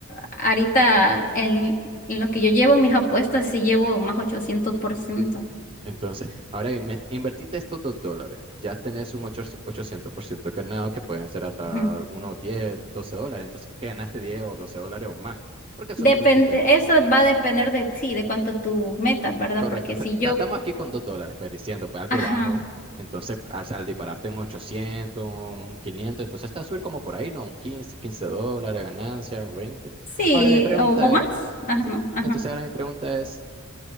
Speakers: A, on the left; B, on the right.
A: ahorita en, en lo que yo llevo en mis apuestas, sí llevo más 800%.
B: Entonces, ahora bien, me- invertiste estos dos dólares, ya tenés un ocho ochocientos por ciento ganado que pueden ser hasta
A: Ujú.
B: unos 10, 12 dólares, entonces que ganaste 10 o 12 dólares o más, porque solo
A: Depende,
B: invertiste.
A: eso va a depender de, sí, de cuánto tú metas, ¿verdad?
B: Correcto.
A: Porque
B: O sea,
A: si yo,
B: ta- estamos aquí con 2 dólares, pues diciendo, pues algo
A: ajá,
B: bajo. Entonces, al, al dispararte un 800 un 500, entonces está a subir como por ahí, ¿no? Un quince quince dólares, ganancia, un veinte
A: sí,
B: Ahora mi pregunta
A: o, o más,
B: es,
A: ajá,
B: sí,
A: no, ajá,
B: entonces ahora mi pregunta es,